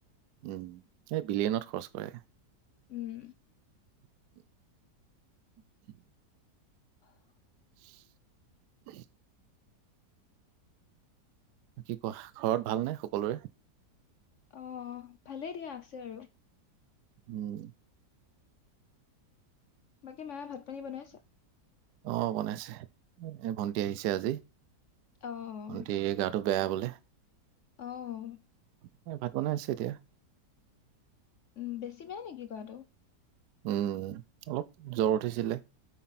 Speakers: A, on the right (about 75°); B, on the left (about 60°).
A: উম, এই বিলিয়নত খৰচ কৰে।
B: উম
A: <inaudible> <inaudible>
B: <inaudible>
A: <inaudible> কি কোৱা, ঘৰত ভালনে সকলোৰে?
B: অ' ভালে দিয়া, আছে আৰু।
A: উম।
B: বাকী মায়ে ভাত পানী বনাইছে।
A: অ' বনাইছে, ভণ্টি আহিছে আজি।
B: অ' অ'।
A: ভন্টিৰ গাটো বেয়া বোলে।
B: অ'।
A: <unintelligible> ভাত বনাই আছে এতিয়া
B: উম বেছি বেয়া নেকি গাটো
A: উম অলপ জ্বৰ উঠিছিলে